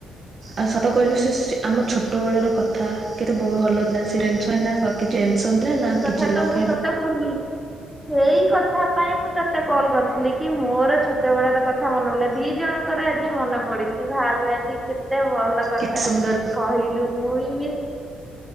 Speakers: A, on the right; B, in the centre.
A: ଆଉ ସତ କହିଲୁ ସେ ଆମ ଛୋଟବେଳର କଥା କେତେ ବ ଭଲ ଥିଲା <inaudible> ନା
B: ସେଇ
A: କିଛି
B: କଥା
A: ଚିଲା
B: ତ ମୁଁ
A: ଖାଇବ
B: କହୁଥିଲି ସେଇ କଥା ସେଥିପାଇଁ ମୁଁ ତୋତେ କଲ୍ କରିଥିଲି କି ମୋର ଛୋଟବେଳାର କଥା ମନେ ହେଲା ଦିଇ ଜଣଙ୍କର ଆଜି ମନେ ପଡ଼ି ଭାବି ବା କେତେ ଭଲ କଥା
A: କେତେ ସୁନ୍ଦର
B: କହିଲୁ ମୁଁ ବି